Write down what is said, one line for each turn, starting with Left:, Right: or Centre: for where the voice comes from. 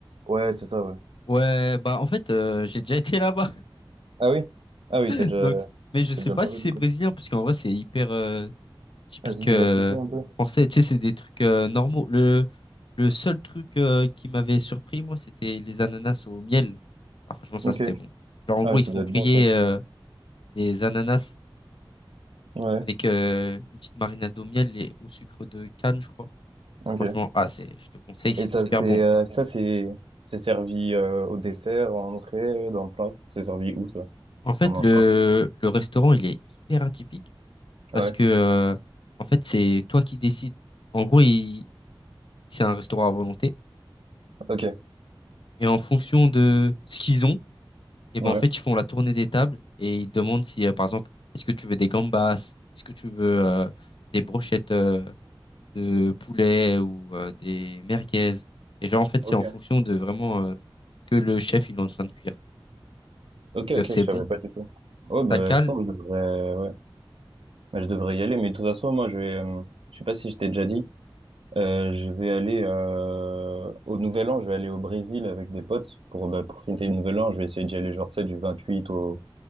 Right: Ouais, c'est ça, ouais.
Left: Ouais, bah en fait, euh, j'ai déjà été là-bas.
Right: Ah oui? Ah oui,
Left: <laughs>
Right: t'as déjà,
Left: Donc, mais je sais
Right: t'as déjà
Left: pas
Right: mangé,
Left: si c'est
Right: du coup.
Left: brésilien, parce qu'en vrai, c'est hyper euh, typique
Right: Ah, c'est diversifié
Left: euh,
Right: un peu.
Left: français. Tu sais, c'est des trucs euh, normaux. Le, le seul truc euh, qui m'avait surpris, moi, c'était les ananas au miel. Ah, franchement, ça,
Right: Ok.
Left: c'était bon. Genre, en
Right: Ah
Left: gros,
Right: oui, ça
Left: ils font
Right: doit
Left: griller
Right: être bon, toi.
Left: euh, des ananas
Right: Ouais,
Left: avec euh, une petite marinade au miel et au sucre de canne, je crois. Et
Right: ok.
Left: franchement, ah, c'est, je te conseille, c'est
Right: Et ça,
Left: hyper
Right: c'est,
Left: bon.
Right: euh, ça, c'est, c'est servi, euh, au dessert, en entrée, dans le plat. C'est servi où, ça?
Left: En fait,
Right: T'en manges
Left: le,
Right: quoi?
Left: le restaurant, il est hyper atypique parce
Right: Ouais.
Left: que, euh, en fait, c'est toi qui décides. En gros, il- c'est un restaurant à volonté.
Right: Ok.
Left: Et en fonction de ce qu'ils ont, et
Right: Ouais.
Left: ben, en fait, ils font la tournée des tables et ils demandent si, euh, par exemple, est-ce que tu veux des gambas, est-ce que tu veux euh, des brochettes euh, de poulet ou euh, des merguez. Et genre, en fait,
Right: Ok.
Left: c'est en fonction de vraiment euh, que le chef, il est en train de cuire.
Right: Ok,
Left: Donc,
Right: ok,
Left: euh, c'est
Right: je
Left: bon,
Right: savais pas du tout. Ouais, bah,
Left: ça cale.
Right: je pense que je devrais, ouais. Bah, je devrais y aller, mais de toute façon, moi, je vais, euh, je sais pas si je t'ai déjà dit, euh, je vais aller euh, au Nouvel An, je vais aller au Brésil avec des potes pour, bah, pour fêter le Nouvel An. Je vais essayer d'y aller, genre, tu sais, du 28 au,